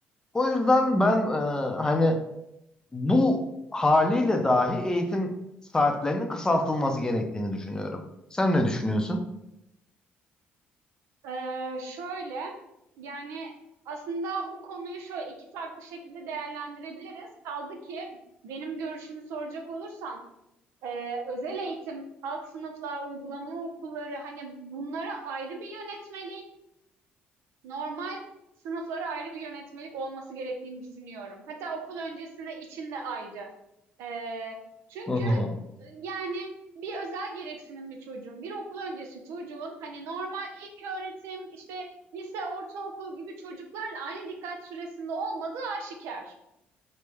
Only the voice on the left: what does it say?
O yüzden ben e, hani bu haliyle dahi eğitim saatlerinin kısaltılması gerektiğini düşünüyorum. Sen ne düşünüyorsun?
Hı hı.